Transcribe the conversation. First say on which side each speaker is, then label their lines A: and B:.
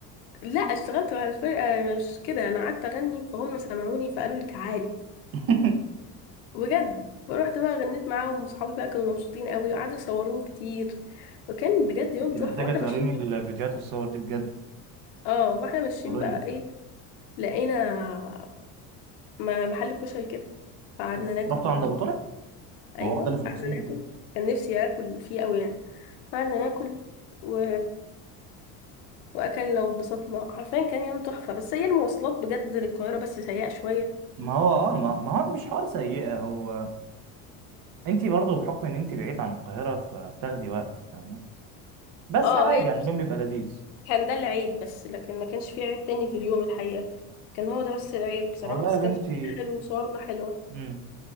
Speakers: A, on the left (about 80°); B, on the right (about 50°).
A: لا اشتغلت مع الفرقة مش كده انا قعدت اغني فهم سمعوني فقالوا لي تعالي
B: <laughs>
A: بجد فروحت بقى غنيت معاهم وصحابي بقى كانوا مبسوطين قوي وقعدوا يصوروني كتير وكان بجد يوم
B: انت
A: تحفة
B: محتاجه
A: واحنا
B: توريني
A: ماشيين بقى
B: الفيديوهات والصور دي بجد
A: اه واحنا ماشيين
B: قريب
A: بقى ايه لقينا م- محل كشري كده فقعدنا
B: اوف
A: ناكل
B: رحتوا
A: برضو
B: عند ابو طارق
A: ايوه
B: ما هو ده اللي في الحسين
A: قعدنا ناكل كان نفسي اكل فيه قوي يعني قعدنا ناكل و... واكلنا واتبسطنا حرفيا كان يوم تحفة بس هي المواصلات بجد للقاهرة بس سيئة شوية
B: ما هو اه ما, ما هو مش حوار سيئة هو انت برضه بحكم ان انت بعيد عن القاهرة فبتاخدي وقت فاهمة بس
A: اه
B: عادي
A: هي
B: يعني اليوم بيبقى لذيذ
A: كان ده العيب بس لكن ما كانش فيه عيب تاني في اليوم الحقيقة كان هو ده بس العيب بصراحة
B: والله
A: بس
B: يا بنتي
A: كان شكلنا حلو وصورنا حلوة
B: مم.